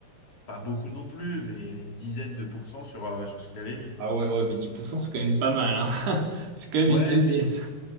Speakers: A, on the left; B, on the right.
A: pas beaucoup non plus, mais une dizaine de pourcents sur, euh, sur ce qu'il avait mis, quoi.
B: Ah ouais, ouais, mais 10% c'est quand même pas mal, hein. <laughs> C'est quand même
A: Ouais,
B: une belle baisse.
A: mais il-